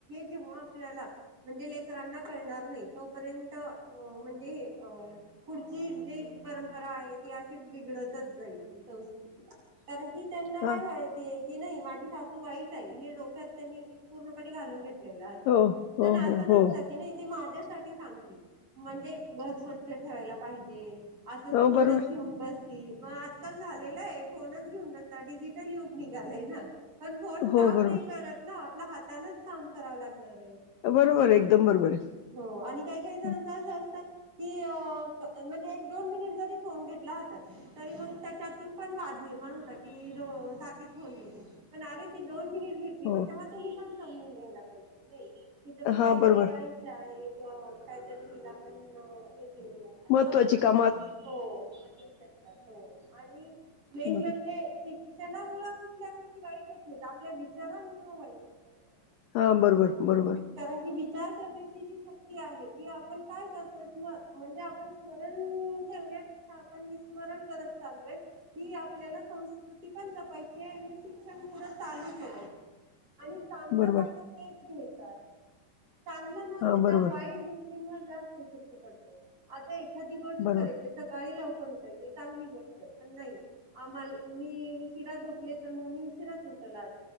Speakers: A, on the right; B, on the left.
A: जेव्हा आपल्या म्हणजे लेकरांना कळणार नाही तोपर्यंत म्हणजे, पुढची जी परंपरा आहे, ती अशीच बिघडतच जाईल ती संस्कृती कारण की त्यांना काय
B: हा
A: माहिती की नाही माझी सासू वाईट आहे हे डोक्यात त्यांनी, पूर्णपणे घालून घेतलेल असत,
B: हो,
A: पण
B: हो,
A: अस
B: हो,
A: नसत
B: हो,
A: की नाही ते माझ्याच साठी सांगते म्हणजे, घर स्वच्छ ठेवायला पाहिजे. असच
B: हो
A: फोनच
B: बरोबर
A: घेऊन बस ती मग आजकाल झालेला आहे, फोनच घेऊन बसतात डिजिटल युग निघालय ना? पण फोन
B: हो
A: काम
B: बरोबर
A: नाही करत ना आपल्या हातानच काम करावं लागत.
B: बरोबर एकदम
A: पण
B: बरोबर
A: हो आणि काही काही
B: आहे.
A: जण अस असत. की म्हणजे एक दोन मिनिट जरी फोन घेतला हो तरी मग त्याच्यातून पण वाद. निण होता की स तीच फोन घेतली, पण अरे ती दोन मिनिट घेतली,
B: हो
A: मग तेव्हा तुम्ही पण समजून घ्यायला पाहिजे की नाही. तिचं पण काहीतरी
B: हा बरोबर
A: एक आयुष्य आहे, एक काहीतरी तिला पण हे. केलेलं आहे असं
B: महत्वाची काम.
A: हो असच शकतात हो आणि मेन
B: बरोबर
A: म्हणजे, क्षणामुळे कुठल्या गोष्टी वाईट होत नाहीत, आपल्या विचारांमुळे वाईट होत. या गोष्टी
B: हा बरोबर बरोबर
A: कारण की विचार करण्याची जी शक्ती आप काय करो म्हणजे आप स्मरण ठेण्यापेक्षा आपण विम णत चालूय की आपल्याला संस्कृती पण जपायची आणि शिक्षण पुढं चालू ठेवायचे. आणि चांगलं
B: बरोबर
A: काय तेच घ्यायचं आहे. चांगलं न
B: हा
A: घेता
B: बरोबर
A: वाईट गोष्टींवर जास्त इफेक्ट पडतो, आता एखादी गोष्ट
B: बरोबर
A: करायची सकाळी लाव लवकर उठायचे चांगली गोष्ट आहे, पण नाही मी उशिरा झोपले तर मग मी उशिराच उ ट आज